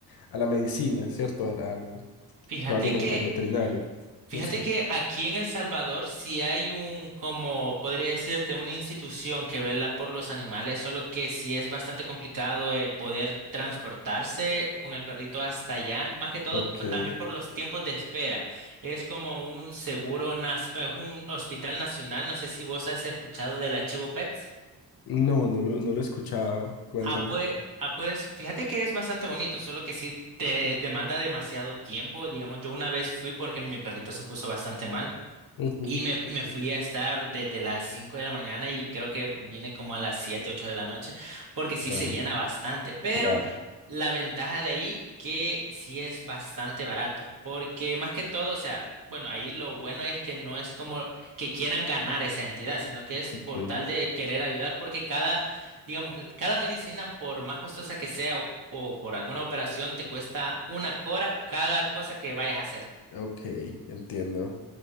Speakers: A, on the left; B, on the right.
A: a la medicina, ¿cierto? Al, al-
B: <laughs> Fíjate
A: que vayan al,
B: que
A: al veterinario,
B: Fíjate
A: no sé.
B: que aquí en El Salvador sí hay un, como podría decirte, una institución que vela por los animales, solo que sí es bastante complicado el poder transportarse con el perrito hasta allá, más que todo
A: Ok.
B: pa- también por los tiempos de espera. Es como un seguro, nas- es un hospital nacional, no sé si vos has escuchado del Archivo Pets.
A: No, no lo, no lo he escuchado, cuéntame.
B: Ah, pues, ah, pues fíjate que es bastante bonito, solo que sí te demanda demasiado tiempo. Digamos, yo una vez fui porque mi perrito se puso bastante mal.
A: Ujú,
B: Y me,
A: ok,
B: me fui a estar desde las 5 de la mañana y creo que vine como a las 7 8 de la noche, porque sí
A: Claro,
B: se llena bastante. Pero
A: claro,
B: la ventaja de ahí que sí es bastante barato, porque más que todo, o sea, bueno, ahí lo bueno es que no es como que quieran ganar esa entidad, sino que es
A: ok,
B: por tal de querer ayudar, porque cada, digamos, cada medicina, por más costosa que sea o, o por alguna operación, te cuesta una cora cada cosa que vayas a hacer.
A: ok, entiendo.